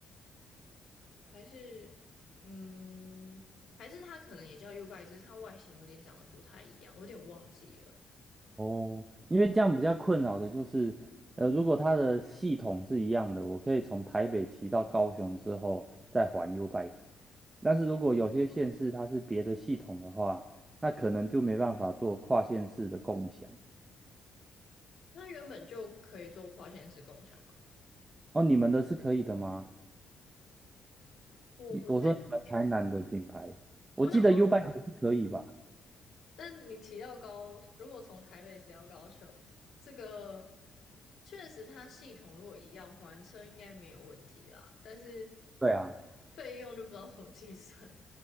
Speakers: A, on the left; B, on the right.
A: 还是嗯，还是它可能也叫 U bike，只是它外形有点长得不太一样，我有点忘记了。
B: 哦，因为这样比较困扰的就是，呃，如果它的系统是一样的，我可以从台北骑到高雄之后再还 U Bike，但是如果有些县市它是别的系统的话，那可能就没办法做跨县市的共享。
A: 那原本就可以做跨线式共享吗？
B: 哦，你们的是可以的吗？
A: 我不确定欸
B: 你我说你们台南的品牌，我记得
A: 我想说。
B: U Bike 是可以吧？
A: 但你骑到高，如果从台北骑到高雄，这个确实它系统如果一样还车应该没有问题啦，但是
B: 对啊，
A: 费用就不知道怎么计算